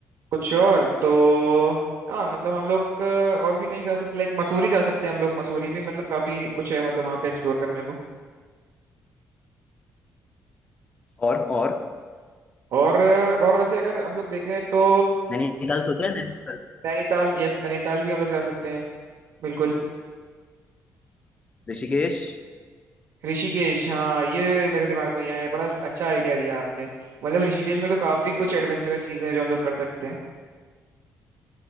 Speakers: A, on the right; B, on the left.
A: कुछ और तो हाँ मतलब हम लोग अ, और भी कहीं जा सकते लाइक मसूरी जा सकते हैं हम लोग मसूरी भी मतलब काफी कुछ है मतलब वहां पे एक्सप्लोर करने को
B: और और
A: और अ, और वैसे अगर हम लोग देखें तो
B: नैनीताल सोचा है नैनीताल
A: नैनीताल यस नैनीताल भी हम लोग जा सकते हैं बिल्कुल
B: ऋषिकेश
A: ऋषिकेश हाँ ये मेरे दिमाग में नहीं आया बड़ा अच्छा आइडिया दिया आपने मतलब ऋषिकेश में तो काफी कुछ एडवेंचरस चीजें हैं जो हम लोग कर सकते हैं